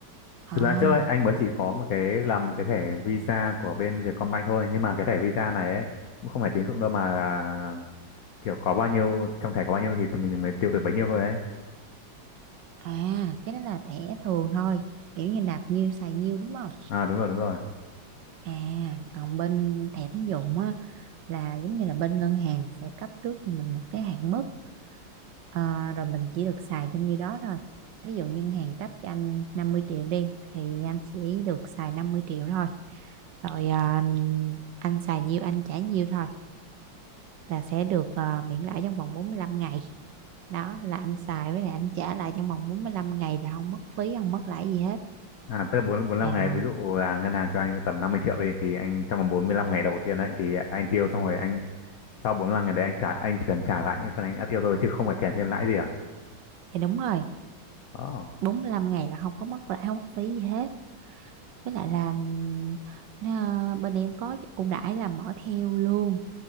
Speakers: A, on the right; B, on the left.
A: À,
B: Thực ra trước ấy, anh mới chỉ có một cái làm cái thẻ visa của bên Vietcombank thôi nhưng mà cái thẻ visa này ấy, cũng không phải tín dụng đâu mà là kiểu có bao nhiêu trong thẻ có bao nhiêu thì mình mới tiêu được bấy nhiêu thôi đấy
A: à, cái đó là thẻ thường thôi. Kiểu như nạp nhiêu xài nhiêu đúng không?
B: à đúng rồi đúng rồi
A: À, còn bên thẻ tín dụng á là giống như là bên ngân hàng sẽ cấp trước cho mình một cái hạn mức Ờ, rồi mình chỉ được xài trong như đó thôi ví dụ ngân hàng cấp cho anh 50 triệu đi thì anh sẽ được xài 50 triệu thôi rồi à, anh xài nhiêu anh trả nhiêu thôi là sẽ được à, miễn lãi trong vòng 45 ngày đó là anh xài với lại anh trả lại trong vòng 45 ngày là không mất phí không mất lãi gì hết
B: à tới bốn bốn năm
A: à
B: ngày ví dụ là ngân hàng cho anh tầm 50 triệu đi thì anh trong vòng 45 ngày đầu tiên đấy thì anh tiêu xong rồi anh sau 45 ngày đấy anh trả anh chỉ cần trả lại những phần anh đã tiêu thôi chứ không phải kèm thêm lãi gì à
A: dạ đúng rồi
B: đó
A: 45 ngày là không có mất lãi không mất phí gì hết với lại là ừm, nó- bên em có ưu đãi là mở theo lương